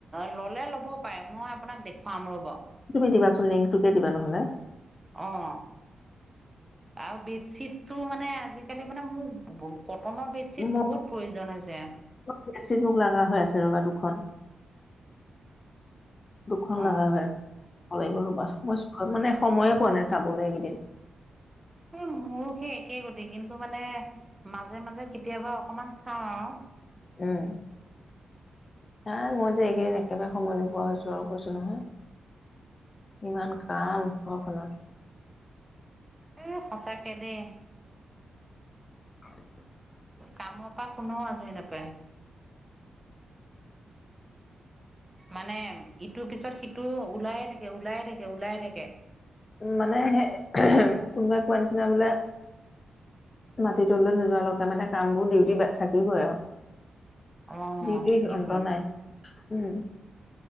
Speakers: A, on the right; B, on the left.
A: ল'লে ল'ব পাৰে, মই আপোনাক দেখুৱাম ৰ'ব।
B: তুমি দিবাচোন, লিংকটোকে দিবা নহ'লে!
A: অ', আৰু বেডশ্বিটটো মানে আজিকালি মানে মোক কটনৰ বেডশ্বীট
B: মই
A: বহুত প্ৰয়োজন হৈছে।
B: বেডশ্বীট মোক লগা হৈ আছে ৰ'বা দুখন। দুখখন
A: অ
B: লগা হৈ আছে, চাব লাগিব ৰ'বা। মই চা মানে সময়ে পোৱা নাই চাবলৈ এইকেইদিন।
A: এই মোৰো সেই একেই গতি। কিন্তু মানে মাজে মাজে কেতিয়াবা অকমান চাওঁ আৰু।
B: উম। নাই মই যে এইকেইদিন একেবাৰে সময় নোপোৱা হৈছোঁ আৰু কৈছোঁ নহয়। ইমান কাম ঘৰখনত।
A: এই সঁচাকে দেই।
B: <inaudible>
A: কামৰ পৰা কোনেও আজৰি নাপায়। মানে ইটোৰ পিছত সিটো ওলায়ে থাকে, ওলায়ে থাকে, ওলাইে থাকে।
B: মানে সেই কোনোবাই কোৱা নিচিনা বোলে মাটি তললৈ নোযোৱালৈকে মানে কাম বোৰ ডিউটি থাকিবই আৰু।
A: অ
B: ডিউটি
A: থাকিবই
B: অন্ত নাই, উম।